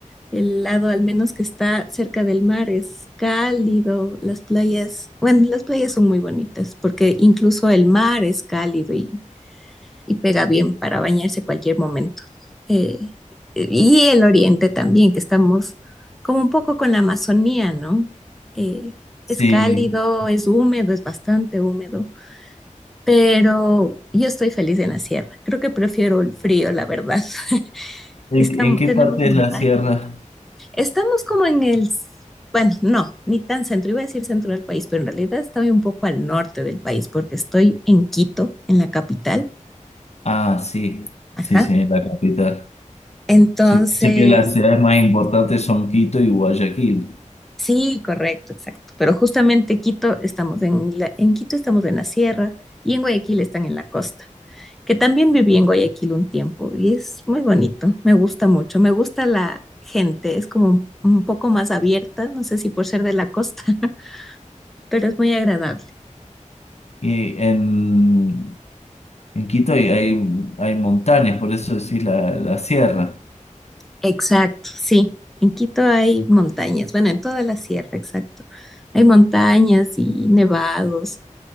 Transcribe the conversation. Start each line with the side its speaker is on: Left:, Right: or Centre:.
Centre: El lado al menos que está cerca del mar es cálido, las playas, bueno, las playas son muy bonitas porque incluso el mar es cálido y y pega bien para bañarse cualquier momento. Eh, y el oriente también, que estamos como un poco con la Amazonía, ¿no? Eh,
Left: Sí.
Centre: es cálido, es húmedo, es bastante húmedo, pero yo estoy feliz en la sierra. Creo que prefiero el frío, la verdad. <laughs>
Left: ¿En,
Centre: Estamos,
Left: en qué
Centre: tenemos
Left: parte
Centre: montaña.
Left: es la sierra?
Centre: Estamos como en el, bueno, no, ni tan centro, iba a decir centro del país, pero en realidad estoy un poco al norte del país porque estoy en Quito, en la capital.
Left: Ah, sí,
Centre: Ajá.
Left: sí, sí, en la capital.
Centre: Entonces,
Left: Sí, sé que las ciudades más importantes son Quito y Guayaquil.
Centre: Sí, correcto, exacto. Pero justamente Quito estamos en la- en Quito estamos en la sierra y en Guayaquil están en la costa. Que también viví en Guayaquil un tiempo y es muy bonito. Me gusta mucho. Me gusta la gente. Es como un, un poco más abierta. No sé si por ser de la costa, <laughs> pero es muy agradable.
Left: Y en, en Quito hay, hay, hay montañas, por eso decís la, la sierra.
Centre: Exacto, sí. En Quito hay montañas. Bueno, en toda la sierra, exacto. Hay montañas y nevados.